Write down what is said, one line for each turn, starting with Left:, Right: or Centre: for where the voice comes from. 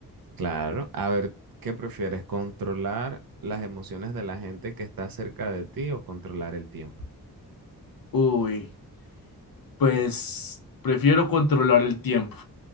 Right: Claro. A ver, ¿qué prefieres? ¿Controlar las emociones de la gente que está cerca de ti o controlar el tiempo?
Left: Uy, pues prefiero controlar el tiempo